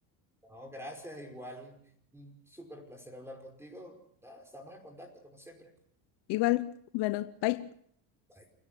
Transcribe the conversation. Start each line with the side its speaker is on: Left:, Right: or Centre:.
Centre: No, gracias, igual, un súper placer hablar contigo. Ah, Estamos en contacto, como siempre.
Left: Igual, bueno, bye.
Centre: Bye.